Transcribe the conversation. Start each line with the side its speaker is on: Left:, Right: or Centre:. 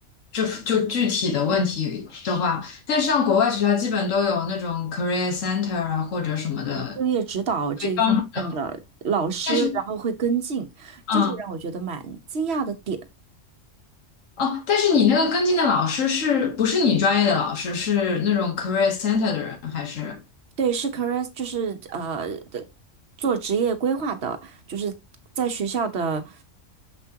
Left: 就就具体的问题的话，但是像国外学校基本都有那种 career center 啊或者什么的
Right: 就业指导这一方面的老师，
Left: 可以帮助的，但是。
Right: 然后会跟进，
Left: 嗯。
Right: 这是让我觉得蛮惊讶的点。
Left: 哦，但是你那个跟进的老师是不是你专业的老师？是那种 career center 的人还是？
Right: 对，是 career，就是呃的做职业规划的，就是在学校的